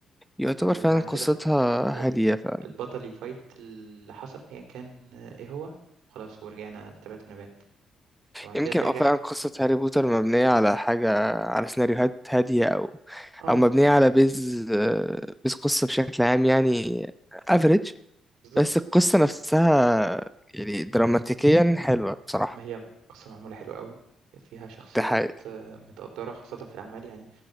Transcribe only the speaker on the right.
وبعد
كده ال
البطل يfight اللي حصل أيًا كان إيه هو، خلاص ورجعنا لتبات ونبات. وبعد
كده ترجع
آه
بالضبط،
ما هي قصة معمولة حلو أوي، فيها شخصيات
آه، متقدّرة خاصةً في الأعمال يعني